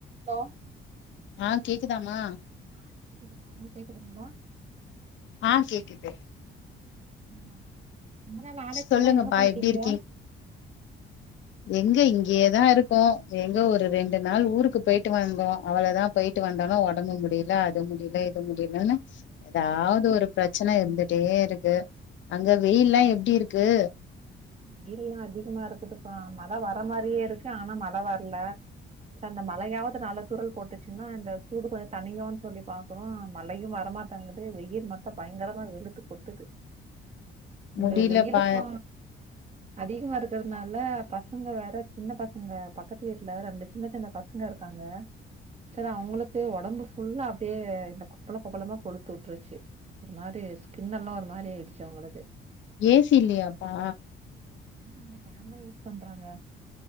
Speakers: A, on the right; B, on the left.
A: Hello
B: ஆ கேக்குதாமா
A: ஆ கேக்குதுங்க உங்களுக்கு கேக்குதுங்களா
B: ஆ கேக்குது
A: ம் ரொம்ப நாளா ஆளே
B: சொல்லுங்கப்பா
A: கானோ எங்க போய்டீங்க
B: எப்டி இருக்கீங் எங்க இங்கியேதா இருக்கோ எங்க ஒரு ரெண்டு நாள் ஊருக்கு போயிட்டு வாந்தோ அவளோதா போயிட்டு வந்தாலு ஒடம்பு முடில அது முடில இது முடிலன்னு ஏதாவது ஒரு பிரச்சன இருந்துட்டே இருக்கு அங்க வெயில்லா எப்டி இருக்கு
A: வெயில்லா அதிகமா இருக்குதுப்பா மழ வர மாரியே இருக்கு ஆனா மழ வர்ல அந்த மழையாவது நால துறள் போட்டுச்சுன்னா இந்த சூடு கொஞ்சோ தனியுனு சொல்லி பாக்குறோ மழையு வரமாட் டங்கது வெயில் மட்டு பயங்கரமா வெளுத்து கொட்டுது இந்த
B: முடியலப்பா
A: வெயிலுக்கூ அதிகம் வறதுனால பசங்க வேற சின்ன பசங்க பக்கத்து வீட்டுல ரெண்டு சின்ன சின்ன பச ங்க இருக்காங்க சுலா அவங்களுக்கு உடம்பு ஃபுல்ல அப்டியே இந்த கொப்பள கொப்பளமா கொழுத்து விட்ருச்சு ஒரு மாரி ஸ்கின் எல்லா ஒரு மாரி ஆய்டுச்சு அவங்களுக்கு
B: ஏ சி இல்லயாப்பா
A: ஆ அவங்க ஃபேன் தா யூஸ் பண்றாங்க